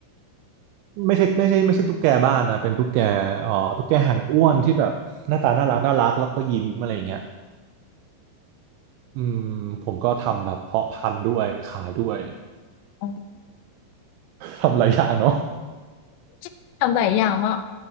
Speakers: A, on the right; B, on the left.
A: <laughs> ไม่ใช่ไม่ใช่ไม่ใช่ตุ๊กแกบ้านนะเป็นตุ๊กแกเอ่อตุ๊กแกหางอ้วนที่แบบหน้าตาน่ารักน่ารักแล้วก็ยิ้มอะไรอย่างเงี้ยอืมผมก็ทำแบบเพาะพันธุ์ด้วยขายด้วย
B: อ๋อ
A: <laughs> ทำหลายอย่างเนาะ
B: <laughs> ทำหลายอย่างมาก